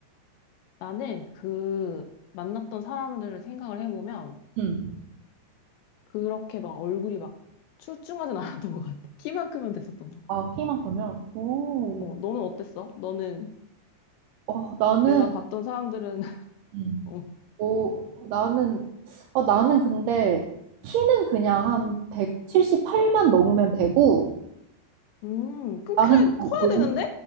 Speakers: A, on the left (about 80°); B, on the right (about 80°).
A: 나는 그 만났던 사람들을 생각을 해보면
B: 응.
A: 그렇게 막 얼굴이 막 출중하진 <laughs> 않았던 것 같아. 키만 크면 됐었던 것 같아.
B: 아, 키만 크면? 오.
A: 어, 너는 어땠어? 너는
B: 어, 나는
A: 내가 봤던 사람들은 <laughs>
B: 음.
A: 어,
B: 오, 나는, 어, 나는 근데 키는 그냥 한 178만 넘으면 되고,
A: 음, 큰
B: 나는,
A: 커야,
B: 어,
A: 커야
B: 어,
A: 되는데?